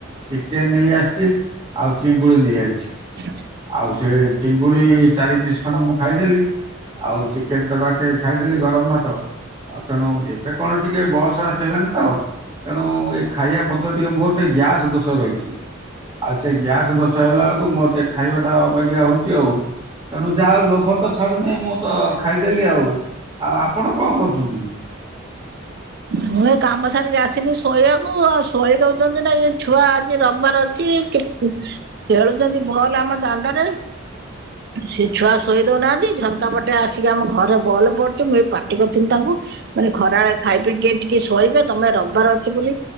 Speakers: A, on the right (about 20°); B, on the right (about 50°).
A: ଚିକେନ ନେଇ ଆସିଛି ଆଉ ଚିଙ୍ଗୁଡି ନେଇଆଇଛି।
B: ହ
A: ଆଉ ସେ ଚିଙ୍ଗୁଡି ଚାରି ପିସ୍ ଖଣ୍ଡ ମୁଁ ଖାଇଦେଲି। ଆଉ ଚିକେନ ତରକାରି ଟିକେ ଖାଇଦେଲି ଗରମ ଭାତ। ଆଉ ତେଣୁ ଏବେ କଣ ଟିକେ ବସ୍ ଆସିଗଲାନି ତ। ତେଣୁ ଏ ଖାଇବା ପତ୍ର ଟିକେ ମୋର ଟିକେ ଗ୍ୟାସ ଦୋଷ ରହିଛି। ଆଉ ସେ ଗ୍ୟାସ ଦୋଷ ହେଲା ବେଳକୁ ମୋର ଟିକେ ଖାଇବା ଟା ଅବାଗ୍ୟା ହଉଛି। ଆଉ ତେଣୁ ଯାହା ହଉ ଲୋଭ ତ ଛାଡୁନି ମୁଁ ତ ଖାଇଦେଲି ଆଉ ଆଉ ଆପଣ କଣ କରୁଛନ୍ତି?
B: ମୁଁ ଏ କାମ ସାରିକି ଆସିନି ଶୋଇବାକୁ ଆଉ ଶୋଇ ଦଉଛନ୍ତି ନା ଏ ଛୁଆ ଆଜି ରବିବାର ଅଛି। ଖେଳୁଛନ୍ତି ଭଲ ଆମ ଦାଣ୍ଡରେ।
A: <inaudible>
B: ସେ ଛୁଆ ଶୋଇ ଦଉନାହାନ୍ତି ଝରକା ପଟେ ଆସିକି ଆମ ଘରେ ବଲ ପଡୁଛି ମୁଁ ଏଇ ପାଟି କରିଥିଲି ତାଙ୍କୁ। ମାନେ ଖରାବେେଳେ ଖାଇ ପିକି କିଏ ଟିକେ ଶୋଇବେ ତମେ ରବିବାର ଅଛି ବୋଲି